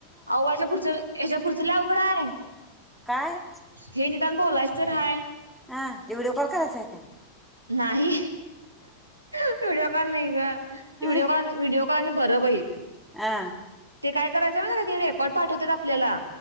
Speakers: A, on the right; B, in the centre.
A: अहो याच्या पुढचे याच्या पुढ्च लय अवघड आहे
B: काय
A: हे निदान बोलायचं. जर आहे.
B: हा व्हि <unintelligible> डिओ कॉल करायचा आहे काय?
A: नाही, व्हिडिओ कॉल नाही ग
B: हा
A: व्हिडओ कॉल, व्हिडिओ कॉल, आणि बर बाई,
B: हा
A: ते काय? करायचं ह रेकॉर्ड पाठवतात आपल्याला.